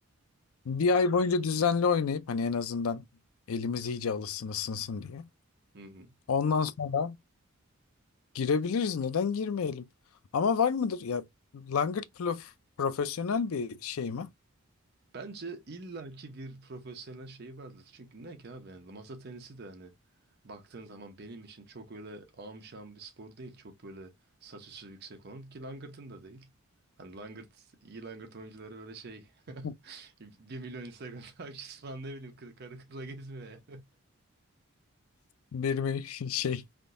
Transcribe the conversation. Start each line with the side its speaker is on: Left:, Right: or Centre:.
Left: bir ay boyunca düzenli oynayıp hani en azından elimiz iyice alışsın ısınsın diye.
Right: Hı hı.
Left: Ondan sonra girebiliriz. Neden girmeyelim? Ama var mıdır? Ya Langırt Plof profesyonel bir şey mi?
Right: Bence illaki bir profesyonel şeyi vardır. Çünkü ne ki abi yani masa tenisi de hani baktığın zaman benim için çok öyle amşan bir spor değil. Çok böyle saç üstü yüksek olan ki langırtın da değil. Hani langırt, iyi langırt oyuncuları öyle şey
Left: <laughs>
Right: <laughs> bir milyon Instagram <laughs> takipçisi falan ne bileyim kı- karı kıza gezmiyor yani.
Left: Benim şey